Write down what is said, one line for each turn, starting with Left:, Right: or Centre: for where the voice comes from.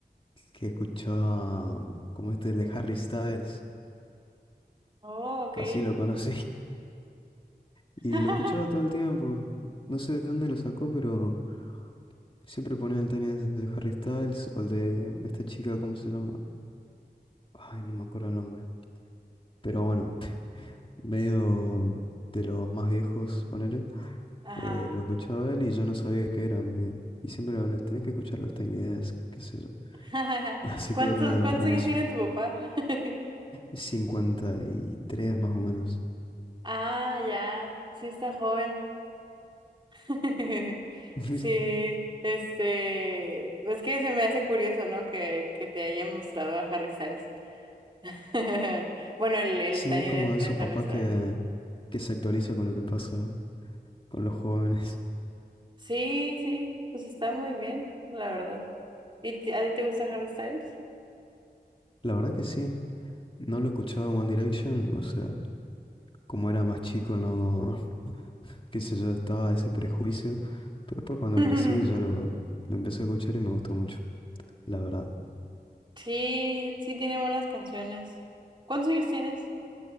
Left: que escuchaba mm, como este de Harry Styles.
Right: Oh, ok.
Left: Así lo conocí. Y
Right: <laughs>
Left: lo escuchaba todo el tiempo. No sé de dónde lo sacó, pero siempre ponía el tema de Harry Styles o el de esta chica, ¿cómo se llama? Ay, no me acuerdo el nombre. Pero bueno, <laughs> medio de los más viejos, ponele.
Right: Ajá.
Left: eh, lo escuchaba él y yo no sabía qué era me- Y siempre lo hablaba, tenés que escuchar los Tiny Desk, qué sé yo.
Right: <laughs>
Left: <laughs> Así
Right: ¿Cuántos,
Left: que él me adentró
Right: cuántos
Left: en
Right: años
Left: eso.
Right: tiene tu papá? <laughs>
Left: 53 más o menos.
Right: Ah, ya, sí está joven. <laughs>
Left: <laughs>
Right: Sí, este, es que se me hace curioso, ¿no? Que, que te hayan mostrado a Harry Styles. <laughs> Bueno, el, el
Left: Sí,
Right: Tiny
Left: es como
Right: Desk
Left: de
Right: de
Left: esos papás
Right: Harry Styles.
Left: que, que se actualiza con lo que pasa con los jóvenes.
Right: Sí, sí, pues está muy bien, la verdad. ¿Y ti- a ti te gusta Harry Styles?
Left: La verdad que sí, no lo escuchaba en One Direction, o sea, como era más chico, no, <laughs> qué sé yo, estaba ese prejuicio, pero después cuando
Right: <laughs>
Left: crecí ya lo, lo empecé a escuchar y me gustó mucho, la verdad.
Right: Sí, sí tiene buenas canciones. ¿Cuántos años tienes?